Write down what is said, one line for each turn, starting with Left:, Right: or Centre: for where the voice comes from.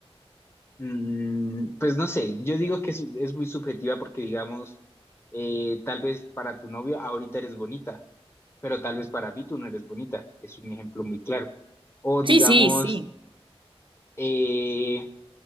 Left: Mm, pues no sé, yo digo que es, es muy subjetiva porque digamos, eh, tal vez para tu novio ahorita eres bonita, pero tal vez para mí tú no eres bonita. Es un ejemplo muy claro. O digamos,
Right: Sí, sí, sí.
Left: eh,